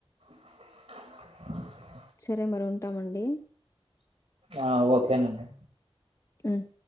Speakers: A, on the right; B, on the left.
A: <unintelligible>
B: సరే మరి ఉంటామండి
A: ఆ ఓకేనండి
B: మ్మ్